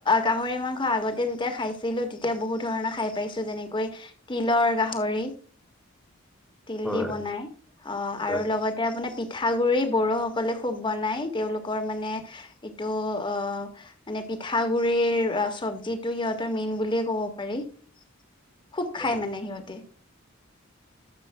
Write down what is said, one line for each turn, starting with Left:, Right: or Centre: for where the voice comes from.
Left: গাহৰি মাংস আগতে যেতিয়া খাইছিলো তেতিয়া বহুত ধৰণৰ খাই পাইছো যেনেকৈ তিলৰ গাহৰি। তিল
Centre: হয়
Left: দি বনাই অ'
Centre: হয়
Left: আৰু লগতে আপোনাৰ পিঠগুৰি বড়োস সকলে খুব বনাই, তেওঁলোকৰ মানে এইটো অ' মানে পিঠাগুৰিৰ চবজিটো সিহঁতৰ মেইন বুলিয়ে ক'ব পাৰি।
Centre: <inaudible>
Left: খুব খাই
Centre: হয়
Left: মানে সিহঁটি।